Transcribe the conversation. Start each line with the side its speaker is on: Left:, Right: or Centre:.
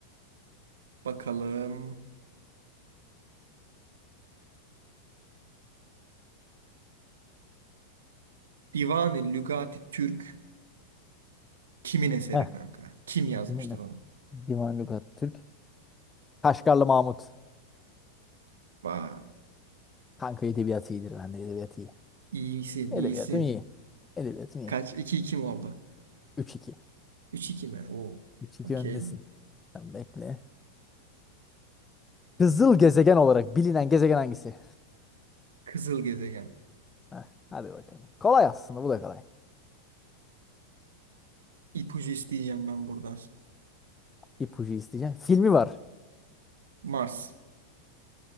Right: Bakalım. Divan-ı Lügati Türk kimin eseri
Left: <laughs>
Right: kanka? Kim yazmıştır
Left: Yine
Right: onu?
Left: Divan Lügat Türk. Kaşgarlı Mahmut.
Right: Vay.
Left: Kanka edebiyat iyidir. Ben de edebiyat iyi.
Right: İyisin,
Left: Edebiyatım
Right: iyisin.
Left: iyi. Edebiyatım iyi.
Right: Kaç? iki iki mi oldu?
Left: Üç iki.
Right: Üç iki mi? Oo.
Left: Üç iki.
Right: Okey.
Left: öndesin. Sen bekle. Kızıl gezegen olarak bilinen gezegen hangisi?
Right: Kızıl gezegen.
Left: Heh, hadi bakalım. Kolay aslında bu da kolay.
Right: İpucu isteyeceğim ben buradan.
Left: İpucu isteyeceğim. Filmi var.
Right: Mars